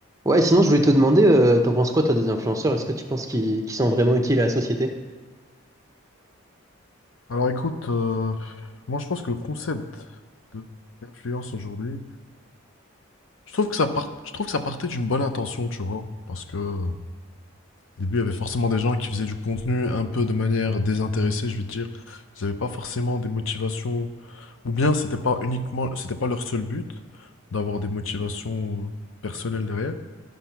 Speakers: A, on the right (about 15°); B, on the left (about 75°).
A: Ouais, sinon je voulais te demander, euh, t'en penses quoi toi des influenceurs? Est-ce que tu penses qu'ils qu'ils sont vraiment utiles à la société?
B: Alors écoute, euh, moi je pense que le concept de l'influence aujourd'hui, je trouve que ça part, je trouve que ça partait d'une bonne intention, tu vois, parce que euh, au début il y avait forcément des gens qui faisaient du contenu un peu de manière désintéressée, je veux dire, ils n'avaient pas forcément des motivations, ou bien c'était pas uniquement, c'était pas leur seul but d'avoir des motivations euh, personnelles derrière.